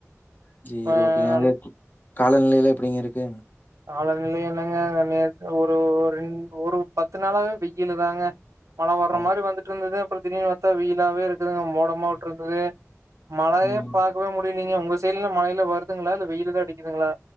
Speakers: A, on the left; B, on the right.
A: <unintelligible>
B: அ நல்
A: காலநிலையலா எப்டிங்க இருக்கு
B: காலநிலை என்னங்க ஒன் இயர்க்கு ஒரு ஒரு ரென் ஒரு பத்து நாளாவே வெயிலு தாங்க மழ வர்ற
A: ஓ
B: மாரி வந்துட்டு இருந்தது திடின்னு வாத்தா வெயிலாவே இருக்குதுங்க மோடமா விட்ற்ருந்ததே மழயே
A: ம்
B: பார்க்கவே முடியலீங்க உங்க தெரில மழையில வருதுங்களா இல்ல வெயிலுதா அடிக்குதுங்களா